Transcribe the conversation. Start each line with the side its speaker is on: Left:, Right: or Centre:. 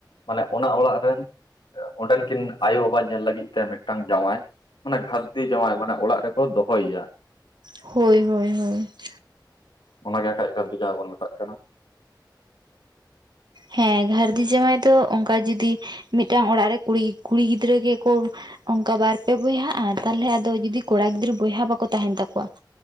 Left: ᱢᱟᱱᱮ ᱚᱱᱟ ᱚᱲᱟᱜ ᱨᱮᱱᱼᱼ ᱚᱸᱰᱮᱱ ᱠᱤᱱ ᱟᱭᱳ ᱵᱟᱵᱟ ᱧᱮᱞ ᱞᱟᱹᱜᱤᱫ ᱛᱮ ᱢᱤᱫᱴᱟᱝ ᱡᱟᱶᱟᱭᱼᱼ ᱢᱟᱱᱮ ᱜᱷᱟᱨᱫᱤ ᱡᱟᱶᱟᱭ ᱢᱟᱱᱮ ᱚᱲᱟᱜ ᱨᱮᱠᱚ ᱫᱚᱦᱚᱭᱮᱭᱟ ᱾
Right: ᱦᱳᱭ ᱦᱳᱭ ᱦᱳᱭ ᱾
Left: ᱚᱱᱟᱜᱮ ᱟᱠᱟᱡᱛᱮ ᱡᱟᱦᱟᱸ ᱵᱚᱱ ᱢᱮᱛᱟᱜ ᱠᱟᱱᱟ ᱾
Right: ᱦᱮᱸ ᱜᱷᱟᱨᱫᱤ ᱡᱟᱶᱟᱭ ᱫᱚ ᱚᱱᱠᱟ ᱡᱩᱫᱤᱼᱼ ᱢᱤᱫᱴᱟᱝ ᱚᱲᱟᱜ ᱨᱮ ᱠᱩᱲᱤ, ᱠᱩᱲᱤ ᱜᱤᱫᱽᱨᱟᱹ ᱜᱮᱠᱚᱼᱼ ᱚᱱᱠᱟ ᱵᱟᱨᱯᱮ ᱵᱚᱭᱦᱟᱜᱼᱟ ᱛᱟᱦᱞᱮ ᱟᱫᱚ ᱡᱚᱫᱤ ᱠᱚᱲᱟ ᱜᱤᱫᱽᱨᱟᱹ ᱵᱚᱭᱦᱟ ᱵᱟᱠᱚ ᱛᱟᱦᱮᱱ ᱛᱟᱠᱚᱣᱟ ᱾